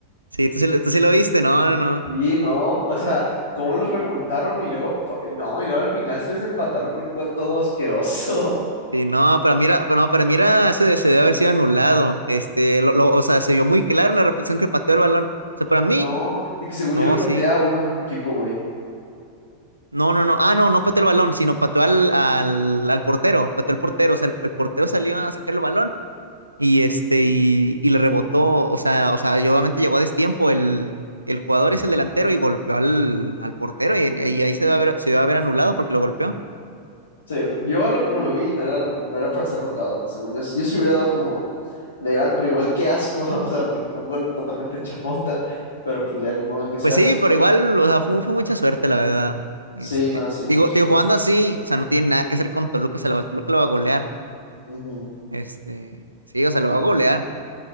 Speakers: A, on the right; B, on the left.
A: Sí, tú sí, lo tú sí lo viste, no, no, no.
B: Y no, o sea, cómo los remontaron y luego, pa- eh, no, y luego al final sí los empataron con un gol todo asqueroso. <laughs>
A: Sí, no, para mí era, pero no, para mí era, eso de- se debe haber sido anulado. Este, lo- lo- o sea, se vio muy claro en la repetición que pateó el balón. O sea, para
B: No,
A: mí,
B: y que según
A: no,
B: yo lo patea
A: sí.
B: uno el propio equipo, güey. O
A: No, no, no. Ah, no, no pateó el balón, sino pateó al, al, al portero. Pateó al portero. O sea, el, el portero salió a sacar el balón y este, y, y le rebotó. O sea, o sea, y obviamente llegó a destiempo. El, el jugador es el delantero y golpeó al, al portero. Y, y ahí se va a ver, se va a ver anulado porque lo golpeó.
B: sea, yo lo, como lo vi, no era, no era para hacer a un lado. O sea, según yo, yo se hubiera dado como legal, pero igual qué asco. <laughs> O sea, porque fue un gol totalmente chafota. Pero pues ya ni modo que se
A: Pues
B: hace.
A: sí, pero igual, o sea, fue, fue mucha suerte, la verdad. Este,
B: Sí, nada, sí, fue
A: digo,
B: mucha
A: digo,
B: suerte.
A: jugando así, o sea, no tiene nada que hacer con Toluca, se la, Toluca lo va a golear.
B: Ujú.
A: Este, sí, o sea, lo va a golear.